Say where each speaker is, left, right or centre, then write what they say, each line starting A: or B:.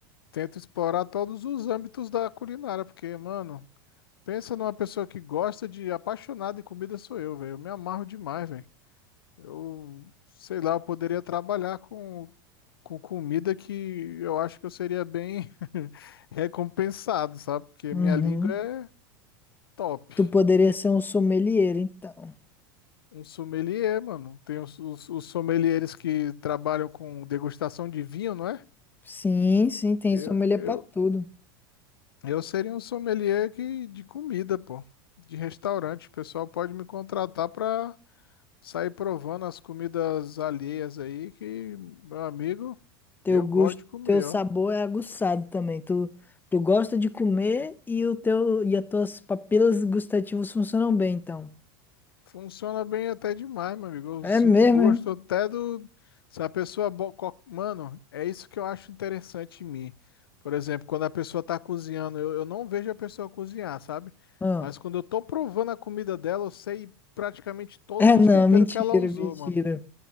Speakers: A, on the left; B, on the left.
A: Tento explorar todos os âmbitos da culinária, porque, mano, pensa numa pessoa que gosta de apaixonada em comida sou eu, velho. Eu me amarro demais, velho. Eu, sei lá, eu poderia trabalhar com, com comida que eu acho que eu seria bem <laughs> recompensado, sabe? Porque
B: Uhum.
A: minha língua é top.
B: Tu poderia ser um sommelier, então.
A: Um sommelier, mano. Tem os, os, os sommeliers que trabalham com degustação de vinho, não é?
B: Sim, sim, tem
A: Eu,
B: sommelier
A: eu,
B: pra tudo.
A: Eu seria um sommelier que, de comida, pô, de restaurante. O pessoal pode me contratar para sair provando as comidas alheias aí, que, meu amigo,
B: Teu
A: eu
B: gosto,
A: gosto de comer,
B: teu sabor
A: ó.
B: é aguçado também. Tu, tu gosta de comer e o teu e as tuas papilas gustativas funcionam bem, então.
A: Funciona bem até demais, meu amigo. Eu
B: É
A: sinto
B: mesmo,
A: gosto
B: é?
A: até do. Se a pessoa. bo- co- Mano, é isso que eu acho interessante em mim. Por exemplo, quando a pessoa tá cozinhando, eu, eu não vejo a pessoa cozinhar, sabe?
B: Ah.
A: Mas quando
B: <laughs>
A: eu tô provando a comida dela, eu sei praticamente todos
B: É,
A: os
B: não,
A: temperos
B: mentira,
A: que ela usou,
B: mentira.
A: mano.